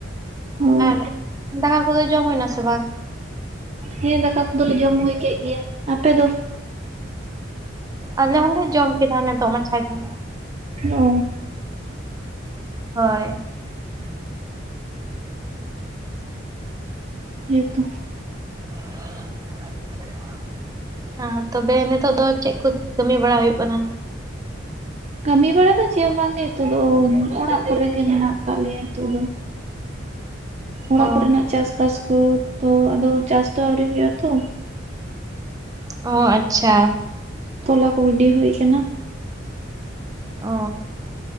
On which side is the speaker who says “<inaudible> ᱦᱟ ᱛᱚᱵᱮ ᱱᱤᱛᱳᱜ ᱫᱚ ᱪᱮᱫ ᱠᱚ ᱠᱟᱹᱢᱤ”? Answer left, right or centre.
Right